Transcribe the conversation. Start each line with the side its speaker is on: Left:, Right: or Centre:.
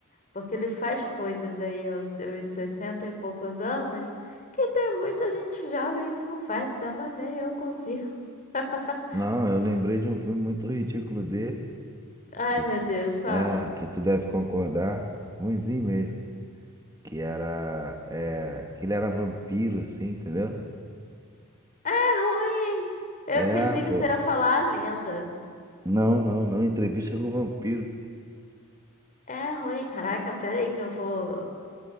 Left: Porque ele faz coisas aí aos seus 60 e poucos anos que tem muita gente jovem que não faz, dá, mas nem eu consigo. <laughs>
Right: Não, eu lembrei de um filme muito ridículo dele,
Left: Ai,
Right: que
Left: meu Deus, fala.
Right: é, que tu deve concordar, ruinzinho mesmo, que era, é, que ele era vampiro, assim, entendeu?
Left: É ruim, hein? Eu
Right: É,
Left: pensei
Right: pô.
Left: que você ia falar a lenda.
Right: Não, não, não, entrevista com o vampiro.
Left: É ruim. Caraca, pera aí que eu vou,